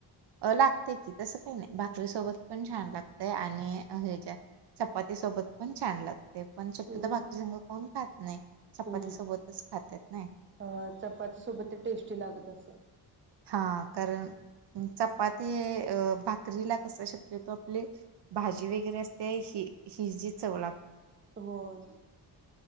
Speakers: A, on the right; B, on the right.
A: अ लागतय की तसं काही नाही भाकरीसोबत पण छान लागतय आणि हेच्या चपाती सोबत पण छान लागतय पण शक्यतो
B: हम्म
A: तर भाकरी संग कोण खात नाही. चपाती
B: हम्म
A: सोबतच खात्यात नई
B: अ चपााती सोबत ते टेस्टी लागत असल.
A: हा कारण चपाती अ भाकरीला कस शक्यतो आपली भाजी वेगैरे असत्या ही हिजी चव लाग
B: होय.